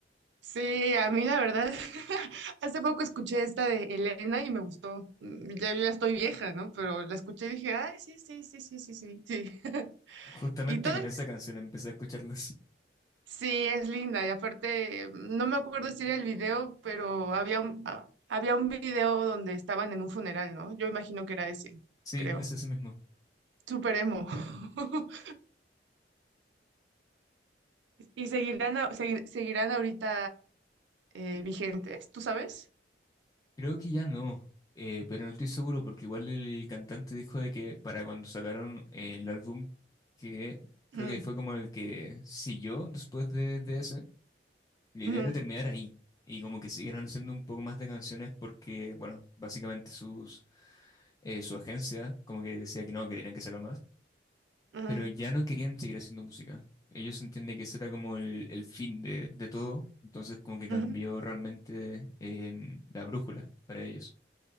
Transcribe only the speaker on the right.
Sí, a mí la verdad, <laughs> hace poco escuché esta de Elena y me gustó. Mm, Ya yo ya estoy vieja, ¿no? Pero la escuché y dije, ay, sí, sí, sí, sí, sí, sí, sí. <laughs>
Y todo,
el-
sí, es linda. Y aparte, no me acuerdo si era el video, pero había un, ah, había un video donde estaban en un funeral, ¿no? Yo imagino que era ese,
creo.
Súper emo. <laughs> ¿Y seguirán, a- segui- seguirán ahorita eh, vigentes? ¿Tú sabes?
Mm,
ujú,
ujú,
ujú.